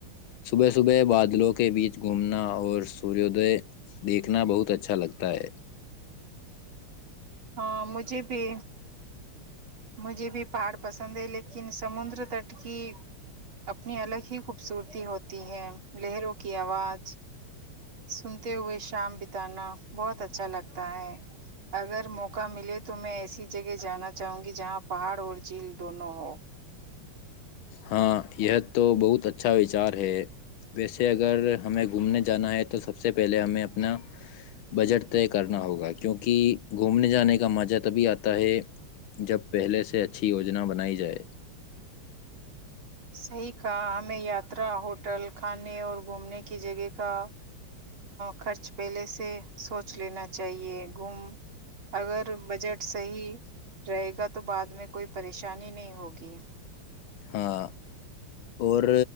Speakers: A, on the left; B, on the right.
A: صبح صبح بعد دلوں کے بیچ گھومنا اور سوردے دیکھنا بہت اچھا لگتا ہے ت <unintelligible>
B: ہاں مجھے بھی مجھے بھی پہاڑ پسند ہے لیکن سمندر تٹ کی اپنی الگ ہی خوبصورتی ہوتی ہے لہروں کی آواز سنتے ہوئے شام بتانا بہت اچھا لگتا ہے اگر موقع ملے تو میں ایسی جگہ جانا چاہوں گی جہاں پہاڑ اور جھیل دونوں ہو
A: ہاں یہ تو بہت اچھا وچار ہے ویسے اگر ہمیں گھومنے جانا ہے تو سب سے پہلے ہمیں اپنا بجٹ طے کرنا ہوگا کیونکہ گھومنے جانے کا مجہ تبھی آتا ہے جب پہلے سے اچھی یوجنا بنائی جائے
B: صحیح کہ ہمیں یاترا ہوٹل کھانے اور گھومنے کی جگہ کا خرچ پہلے سے سوچ لینا چاہیے گوم اگر بجٹ صحیح رہے گا تو بع میں کوئی پریشانی پریشانی نہیں ہوگی <unintelligible>
A: ہاں اور